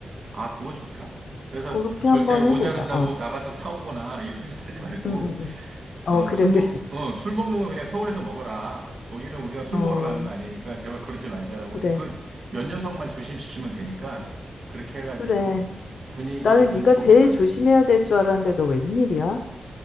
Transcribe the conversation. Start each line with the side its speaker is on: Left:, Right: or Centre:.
Right: 아, 그거 좋다. 그래서
Left: 그렇게
Right: 절대로
Left: 한번
Right: 모자른다고
Left: 해보자. 어,
Right: 나가서 사오거나 <laughs> 이런 짓 하지 말고,
Left: 응, 응, 응. 어,
Right: 어,
Left: 그래,
Right: 술 먹,
Left: 그래.
Right: 어, 술 먹는 거 그냥 서울에서 먹어라. 거기는 우리가 술
Left: 어,
Right: 먹으러 가는 거 아니니까 제발 그러지 말자라고.
Left: 그래,
Right: 그 몇 녀석만 조심시키면 되니까 그렇게 해가지고
Left: 그래.
Right: 분위기를
Left: 나는
Right: 좀
Left: 네가
Right: 좋게
Left: 제일
Right: 만든.
Left: 조심해야 될 줄 알았는데 너 웬일이야?